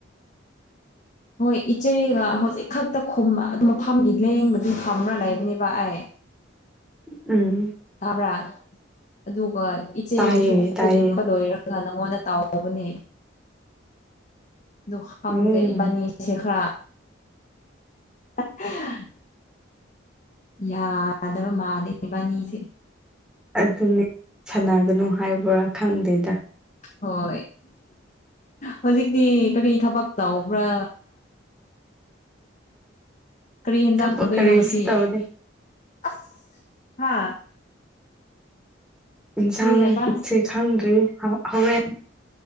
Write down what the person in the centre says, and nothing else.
ꯎꯝ
ꯇꯥꯏꯌꯦ ꯇꯥꯏꯌꯦ
ꯎꯝ
ꯑꯗꯨꯅꯦ ꯁꯥꯟꯅꯒꯅꯨ ꯍꯥꯏꯕ꯭ꯔꯥ ꯈꯪꯗꯦꯗ
ꯊꯕꯛ
ꯀꯔꯤꯁꯨ
ꯇꯧꯗꯦ
ꯌꯦꯟꯁꯥꯡꯁꯦ
ꯈꯪꯗ꯭ꯔꯤ ꯍꯣꯔꯦꯟ